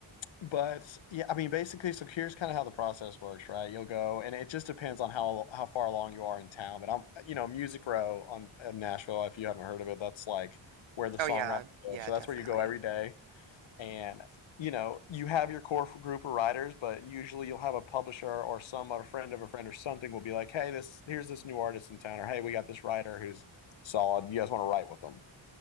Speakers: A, on the left (about 70°); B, on the right (about 70°).
A: but yeah, I mean, basically, so here's kind of how the process works, right? You'll go, and it just depends on how how far along you are in town. But I'm, you know, Music Row on in Nashville. If you haven't heard of it, that's like where the
B: Oh
A: songwriters
B: yeah,
A: go.
B: yeah,
A: So
B: definitely.
A: that's where you go every day, and you know, you have your core group of writers, but usually you'll have a publisher or some a friend of a friend or something will be like, hey, this here's this new artist in town, or hey, we got this writer who's solid. You guys want to write with them?